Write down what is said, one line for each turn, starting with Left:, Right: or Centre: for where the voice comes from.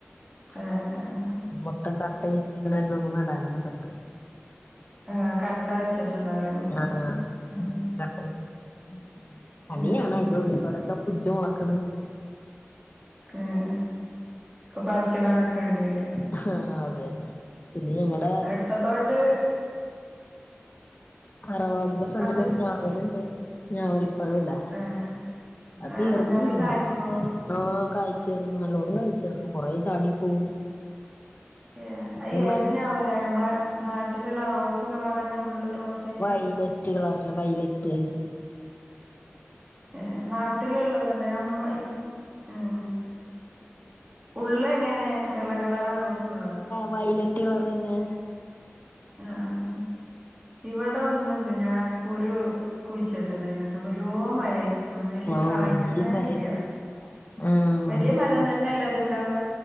Right: ആഹ്
Left: മൊത്തം <unintelligible> നടാനും <unintelligible>
Right: ആഹ് കട്ട വെച്ചിട്ട് ഉണ്ടാവൂലേ മുറ്റത്ത്
Left: ആഹ്
Right: ആഹ്.
Left: <unintelligible> പണിയാണ്
Right: ഉം
Left: അതിന്റെ ഉള്ളിൽക്കോടൊക്കെ പുല്ല്മുളക്കണ്
Right: ആഹ് ആഹ് <unintelligible> പറിച്ചടാനൊക്കെ വേണ്ടി വരൂല്ലോ.
Left: ആഹ് അതന്നെ പിന്നെ ഞങ്ങടെ.
Right: അത് ഇട്ടത്തോണ്ട്
Left: തറവാടിന്റെ ഫ്രണ്ടിലൊരു
Right: അത്
Left: ഞാവൽ ഉണ്ട് ഞാവൽ. പഴവില്ലേ
Right: ഏഹ്
Left: അത്
Right: ആഹ്
Left: തീർന്ന്
Right: നവല്
Left: <unintelligible>
Right: കായ്ക്കോ
Left: ആഹ് കാഴ്ചയാണ്. നല്ലോണം കായ്ചാരുന്ന് കുറേ ചാടി പോവും.
Right: ഏഹ്
Left: കൊറേ
Right: അത് ഏതിന
Left: മ
Right: വില ഞമ്മളെ നാട്ടിലുള്ള റോസ് കളർ തന്നെ ഉള്ള് റോസ്
Left: വയലറ്റ് കളറിലെ വയലറ്റ്.
Right: ഏഹ് നാട്ടിലുള്ളതല്ലേ <unintelligible> ആഹ് ഉള്ള് എങ്ങനെ വെള്ള കളറാ റോസ് കളറാ?
Left: വയലറ്റ് കളർതന്നെ.
Right: ആഹ് ആഹ് ഇവിടെ ഒന്നിണ്ട് ഞാൻ കുരു കുഴിച്ചിട്ട് തന്നിട്ട് വലിയോ മരായി അതില്
Left: ആഹ്
Right: കായ്ക്കണേ
Left: വല്യ മരം
Right: ഇല്ല
Left: ആഹ്
Right: വല്യ മരം തന്നെല്ല അത്ണ്ടാവ